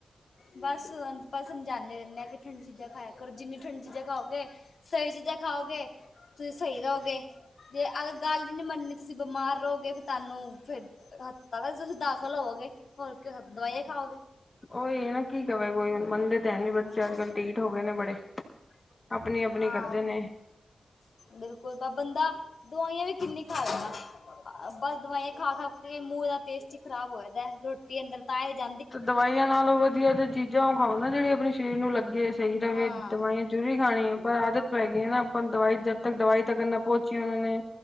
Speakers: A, on the left (about 65°); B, on the left (about 30°).
A: ਬਸ ਆਪਾਂ ਸਮਝਾਉਦੇ ਰਹਿੰਦੇ ਕਿ ਠੰਡੀ ਚੀਜ਼ਾਂ ਕਰੋ ਜਿੰਨੀ ਠੰਡੀ ਚੀਜ਼ਾਂ ਖਾਓਗੇ, ਸਹੀ ਚੀਜ਼ਾਂ ਖਾਓਗੇ, ਤੁਸੀਂ ਸਹੀ ਰਹੋਗੇ ਜੇ ਅਗਰ ਗੱਲ ਹੀ ਨੀ ਮੰਨਨੀ ਤੁਸੀਂ ਬਿਮਾਰ ਰਹੋਗੇ ਫਿਰ ਤੁਹਾਨੂੰ ਫੇਰ ਹਸਪਤਾਲਾਂ 'ਚ ਤੁਸੀਂ ਦਾਖਲ ਹੋਵੋਗੇ, ਹੋਰ ਕਿ ਦਵਾਈਆਂ ਖਾਓਗੇ
B: ਉਹੀ ਨਾ ਕੀ ਕਵੇ ਕੋਈ ਮੰਨਦੇ ਤਾਂ ਹੈ ਨੀ ਬੱਚੇ
A: ਹਾਂ
B: ਅੱਜ ਕੱਲ ਠੀਠ ਹੋ ਗਏ ਨੇ ਬੜੇ ਆਪਣੀ -ਆਪਣੀ
A: ਹਾਂ
B: ਕਰਦੇ ਨੇ
A: ਬਿਲਕੁਲ ਤਾਂ ਬੰਦਾ ਦਵਾਈਆਂ ਵੀ ਕਿੰਨੀ ਖਾਵੇਗਾ। ਬਸ ਦਵਾਈਆਂ ਖਾ-ਖਾ ਕੇ ਮੂੰਹ ਦਾ ਟੇਸਟ ਈ ਖਰਾਬ ਹੋ ਜਾਂਦਾ। ਦੀ ਅੰਦਰ ਤਾਂਏ ਜਾ
B: ਤੇ ਦਵਾਈਆਂ ਨਾਲੋਂ ਵਦੀਆ ਤੇ ਚੀਜ਼ਾਂ ਓ ਖਾਓ ਨਾ ਜੇੜੇ ਆਪਨੇ ਸਰੀਰ ਨੂੰ ਲੱਗੇ ਸਈ ਰਵੇ
A: ਹਾਂ
B: ਦਵਾਈਆਂ ਜ਼ਰੂਰੀ ਖਾਨੀ ਐ ਪਰ ਆਦਤ ਪੈ ਗਈ ਐ ਨਾ ਆਪਾਂ ਨੂੰ ਦਵਾਈ ਜਦ ਤੱਕ ਦਵਾਈ ਤੱਕ ਨਾ ਪੌਂਚੀ ਓਨਾਂ ਨੇ